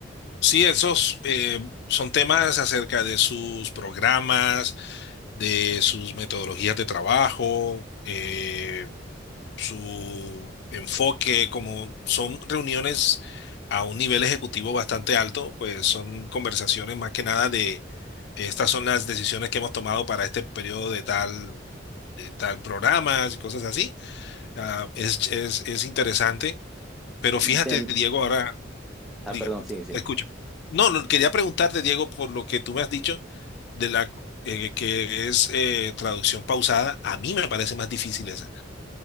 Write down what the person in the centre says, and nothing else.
Y tem-
ah,
perdón, sigue, sigue.